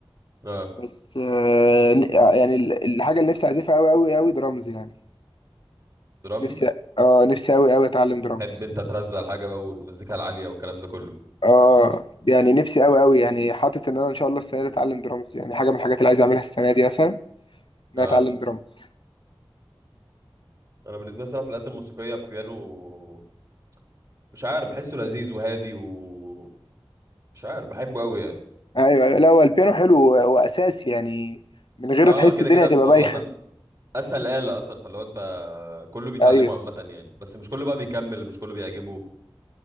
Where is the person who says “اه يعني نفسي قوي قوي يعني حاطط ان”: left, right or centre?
Left